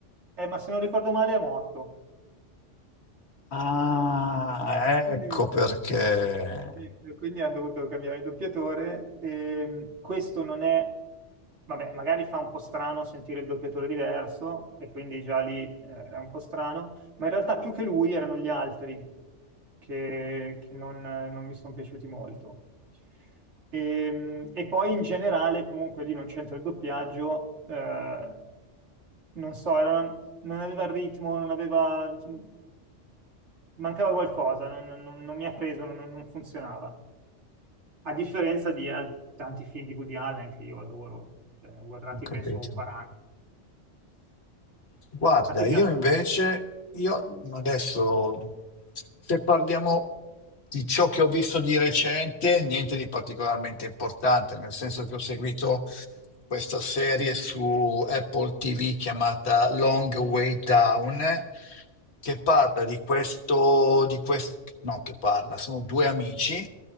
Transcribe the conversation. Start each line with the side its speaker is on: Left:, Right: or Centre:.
Right: eh, ma se non ricordo male è morto.
Left: Ah,
Right: Quindi
Left: ecco perché.
Right: E Quindi hanno dovuto cambiare il doppiatore. E questo non è, vabbè, magari fa un po' strano sentire il doppiatore diverso, e quindi già lì eh, è un po' strano, ma in realtà più che lui erano gli altri che, che non, non mi sono piaciuti molto. E, e poi in generale, comunque lì non c'entra il doppiaggio, eh, non so, era- non aveva il ritmo, non aveva, cioè, mancava qualcosa, non, non- non mi ha preso, non, non funzionava. A differenza di al- tanti film di Woody Allen che io adoro, cioè, ne ho guardati
Left: Ho capito.
Right: penso 40.
Left: Guarda,
Right: A te
Left: io
Right: piace?
Left: invece, io adesso, se parliamo di ciò che ho visto di recente, niente di particolarmente importante, nel senso che ho seguito questa serie su Apple TV chiamata Long Way Down, che parla di questo, di questo, no, che parla, sono due amici